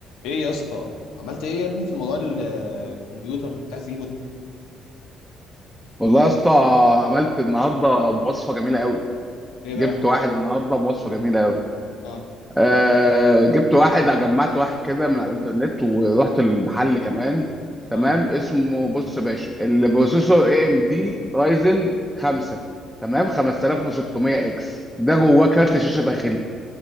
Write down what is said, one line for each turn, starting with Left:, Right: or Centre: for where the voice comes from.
Left: ايه يا اسطى عملت ايه يا ابني في موضوع ال- الكمبيوتر اللي بتاع تجيبه ده
Centre: والله يا اسطى عملت النهارده بوصفه جميله قوي
Left: ايه بقى
Centre: جبت واحد النهارده بوصفه جميله قوي
Left: اه
Centre: أه جبت واحد جمعت واحد كده من على الانترنت ورحت المحل كمان تمام
Left: اه
Centre: اسمه بص يا باشا البروسيسور اي ام دي رايزن 5 تمام 5600 اكس ده جواه كارت شاشه داخلي